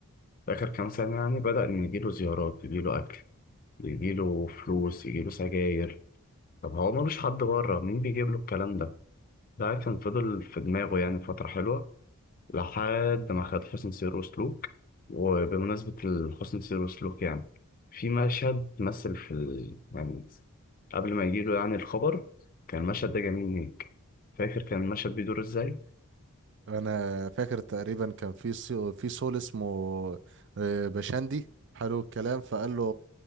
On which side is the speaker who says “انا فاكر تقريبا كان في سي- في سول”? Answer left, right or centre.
Right